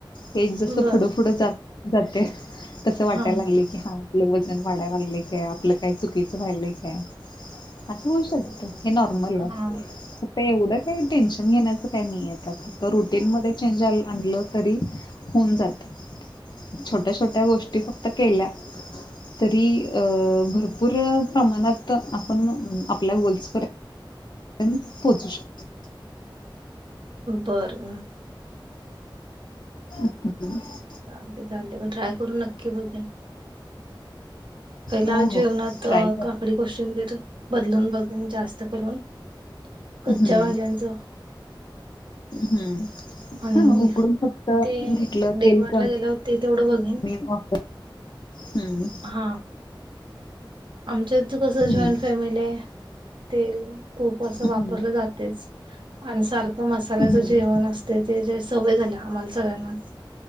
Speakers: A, on the left (about 60°); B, on the right (about 65°).
A: हे जसं
B: बर
A: पुुढं फुढं जात जाते तसं वाटायला
B: हा
A: लागले की आपलं वजन वाढायला लागले काय? आपलं काय? चुकीचं व्हायलं काय? असं होऊ शकत <inaudible> हे नॉर्मल
B: हा
A: आहे एवढं काही टेन्शन घेण्याचं काही नाही आहे फक्त रुटीन मध्ये चेंज आणलं तरी होऊन जातं छोट्या छोट्या गोष्टी फक्त केल्या. तरी अ भरपूर प्रमाणात आपण आपल्या गोल्सवर <inaudible> पोहोचू शकतो
B: बर बर
A: अस का?
B: चालतय चालतय पण ट्राय करू नक्की बघेन पहिला
A: हो
B: जेवणात
A: हो ट्राय कर
B: काकडी कोशिंबीर बदलून बघून जास्त करून कच्च्या
A: हम्म
B: भाज्यांचं
A: हम्म हा
B: आणि
A: उकडून फक्त
B: ते
A: घेतलं
B: डेमार्टला
A: तेल कमी
B: गेल्यावर ते तेवढं बघेन
A: मी मग. <inaudible> हम्म
B: हा आमच्यात कसं
A: हम्म
B: जॉईंट फॅमिली आहे ते तूप अस
A: हम्म
B: वापरलं जातेच आणि सारखं मसाल्याचं
A: हम्म
B: जेवण असते ते जे सवय झाल्या आम्हाला सगळ्यांना.